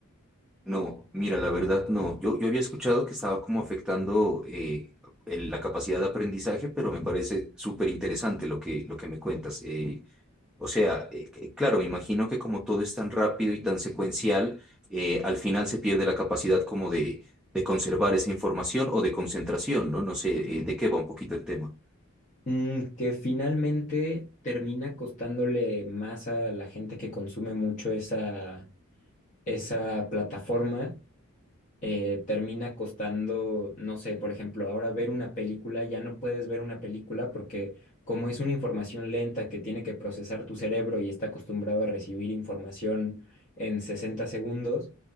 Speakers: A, in the centre; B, on the left (about 35°).
A: No, mira, la verdad no. Yo, yo había escuchado que estaba como afectando eh, el- la capacidad de aprendizaje, pero me parece súper interesante lo que, lo que me cuentas. Eh, o sea, eh, que- claro, me imagino que como todo es tan rápido y tan secuencial, eh, al final se pierde la capacidad como de, de conservar esa información o de concentración, ¿no? No sé, eh, de qué va un poquito el tema.
B: Mm, que finalmente termina costándole más a la gente que consume mucho esa, esa plataforma eh, termina costando, no sé, por ejemplo, ahora ver una película, ya no puedes ver una película porque como es una información lenta que tiene que procesar tu cerebro y está acostumbrado a recibir información en 60 segundos,